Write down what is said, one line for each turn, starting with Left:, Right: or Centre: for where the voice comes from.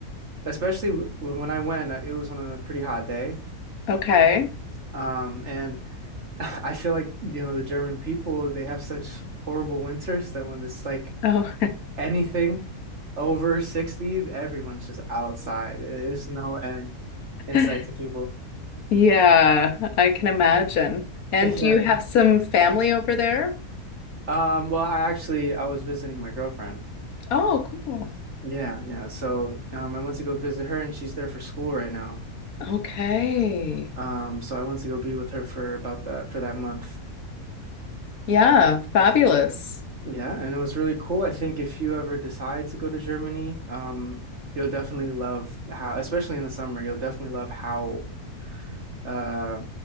Right: especially w- when I went, uh, it was on a pretty hot day.
Left: Okay.
Right: Um, and <laughs> I feel like, you know, the German people, they have such horrible winters that when it's like
Left: Oh,
Right: anything over 60, everyone's just outside. There's no end in
Left: <laughs>
Right: sight to people. <laughs>
Left: yeah, I can imagine. And
Right: Yeah.
Left: do you have some family over there?
Right: Um, well, I actually I was visiting my girlfriend.
Left: Oh, cool.
Right: Yeah, yeah. So um, I went to go visit her, and she's there for school right now.
Left: Okay.
Right: Um, so I went to go be with her for about that for that month.
Left: Yeah, fabulous.
Right: Yeah, and it was really cool. I think if you ever decide to go to Germany, um, you'll definitely love how, especially in the summer, you'll definitely love how uh,